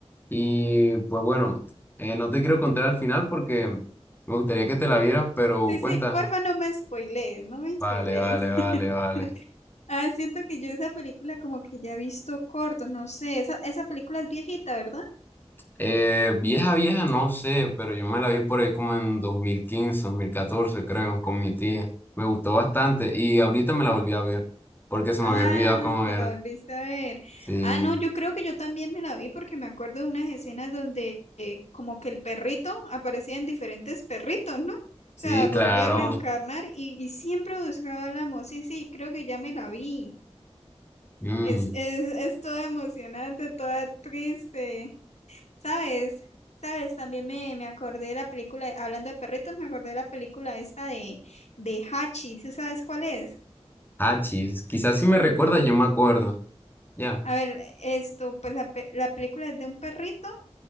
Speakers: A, on the left; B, on the left.
A: Y pues bueno, eh, no te quiero contar al final porque me gustaría que te la vieras, pero
B: Sí, sí,
A: cuenta.
B: porfa, no me spoilees, no me spoilees.
A: Vale, vale, vale,
B: <laughs>
A: vale.
B: Ah, siento que yo esa película como que ya he visto cortos, no sé, esa, esa película es viejita, ¿verdad?
A: Eh, vieja, vieja, no sé, pero yo me la vi por ahí como en dos dos mil quince dos mil catorce creo, con mi tía. Me gustó bastante y ahorita me la volví a ver porque se
B: Ah,
A: me había olvidado cómo
B: te
A: era.
B: la volviste a ver.
A: Sí,
B: Ah, no, yo creo que yo también me la vi porque me acuerdo de unas escenas donde eh, como que el perrito aparecía en diferentes perritos, ¿no? O
A: sí,
B: sea, volvía
A: claro.
B: a reencarnar y, y siempre buscaba al amo. Sí, sí, creo que ya me la vi.
A: Mm.
B: Es, es, es toda emocionante, toda triste. ¿Sabes? ¿Sabes? También me, me acordé de la película, hablando de perritos, me acordé de la película esta de, de Hachi. ¿Sí sabes cuál es?
A: Hachis, quizás si me recuerda, yo me acuerdo. Ya.
B: A ver, esto, pues la, pe- la película es de un perrito